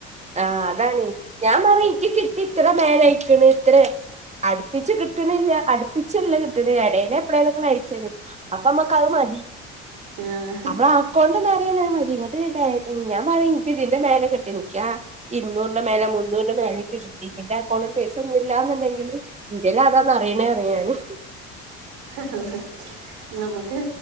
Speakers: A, on the right; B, on the right.
A: ആഹ് അതാണ് ഞാൻ പറിയി ക്ക് ഇത്ര നേരായിക്കിണ് ഇത്ര നേരാ അടുപ്പിച്ച് കിട്ടണില്ല അടുപ്പിച്ചല്ല കിട്ടണ ഇടയിലെ എപ്പഴലുംങ്ങനെ അയിച്ചരും അപ്പമ്മകത് മതി
B: ആഹ്
A: അതോ കൊണ്ടന്ന്റിയണ മതി ഇങ്ങ ഞാൻ പറയാ ഇനി് ഇതിന്റെ മേലെ കെട്ടി നിക്കാ ഇരുന്നൂറിന്റെ മേലെ മുന്നൂറിന്റെ മേലക്ക് കിട്ടി എന്റെ അക്കൗണ്ടിൽ പൈസ ഒന്നില്ല എന്നുണ്ടെങ്കില് എന്റെൽ അതാന്ന് അറിയണേ അറിയാന്
B: ആഹ് നമുക്ക്